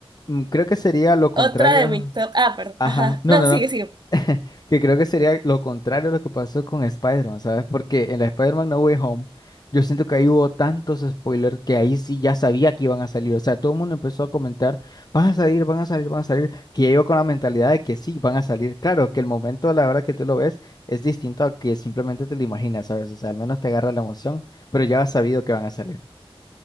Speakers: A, on the left; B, on the right.
A: mm, creo que sería lo contrario.
B: otra de mi top. Ah, perdón.
A: Ajá,
B: Ajá.
A: no,
B: No,
A: no,
B: sigue,
A: no.
B: sigue.
A: <laughs> Que creo que sería lo contrario a lo que pasó con Spider-Man, ¿sabes? Porque en la Spider-Man No Way Home, yo siento que ahí hubo tantos spoilers que ahí sí ya sabía que iban a salir. O sea, todo el mundo empezó a comentar, van a salir, van a salir, van a salir, que ya iba con la mentalidad de que sí, van a salir. Claro, que el momento, a la hora que tú lo ves, es distinto a que simplemente te lo imaginas, ¿sabes? O sea, al menos te agarra la emoción, pero ya has sabido que van a salir.